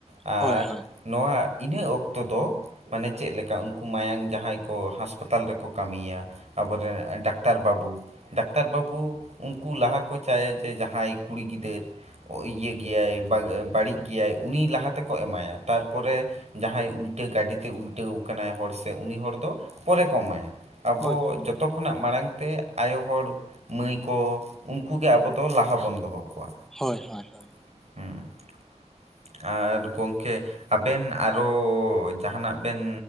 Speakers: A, on the right; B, in the centre.
A: ᱟᱨ
B: ᱦᱳᱭ ᱦᱳᱭ
A: ᱱᱚᱣᱟ ᱤᱱᱟᱹᱜ ᱚᱠᱛᱚ ᱫᱚ ᱢᱟᱱᱮ ᱪᱮᱫ ᱞᱮᱠᱟ ᱩᱱᱠᱩ ᱢᱟᱭᱟᱝ ᱡᱟᱦᱟᱸᱭ ᱠᱚ ᱦᱟᱥ ᱯᱟᱛᱟᱞ ᱨᱮᱠᱚ ᱠᱟᱹᱢᱤᱭᱟ᱾ ᱟᱵᱚ ᱨᱮᱱ ᱰᱟᱠᱛᱟᱨ ᱵᱟᱹᱵᱩ ᱰᱟᱠᱛᱟᱨ ᱵᱟᱹᱵᱩ ᱩᱱᱠᱩ ᱞᱟᱦᱟ ᱠᱚ ᱪᱟᱭᱟ ᱡᱮ ᱡᱟᱦᱟᱸᱭ ᱠᱩᱲᱤ ᱜᱤᱫᱟᱹᱨ ᱠᱚ ᱤᱭᱟᱹ ᱵᱟᱜ-ᱜᱮᱭᱟᱭ ᱵᱟᱹᱲᱤᱡ ᱜᱮᱭᱟᱭ ᱩᱱᱤ ᱞᱟᱦᱟ ᱛᱮᱠᱚ ᱮᱢᱟᱭᱟ ᱛᱟᱨᱯᱚᱨᱮ ᱡᱟᱦᱟᱸᱭ ᱩᱞᱴᱟᱹ ᱜᱟᱹᱰᱤ ᱛᱮ ᱩᱞᱴᱟᱹᱣ ᱠᱟᱱᱟᱭ ᱦᱚᱲ ᱥᱮᱫ ᱩᱱᱤ ᱦᱚᱲ ᱫᱚ ᱯᱚᱨᱮ ᱠᱚ ᱮᱢᱟᱭᱟ᱾ ᱟᱵᱚ
B: ᱦᱳᱭ
A: ᱡᱷᱚᱛᱚ ᱠᱷᱚᱱᱟᱜ ᱢᱟᱲᱟᱝ ᱛᱮ ᱟᱭᱳ ᱦᱚᱲ ᱢᱟᱹᱭ ᱠᱚ, ᱩᱱᱠᱩ ᱜᱮ ᱟᱵᱚ ᱞᱟᱦᱟ ᱵᱚᱱ ᱫᱚᱦᱚ ᱠᱚᱣᱟ᱾
B: ᱦᱳᱭ ᱦᱳᱭ ᱦᱳᱭ᱾
A: <inaudible> ᱟᱨ ᱜᱚᱝᱠᱮ ᱟᱵᱮᱱ ᱟᱨᱚ ᱡᱟᱦᱟᱱᱟᱜ ᱵᱮᱱ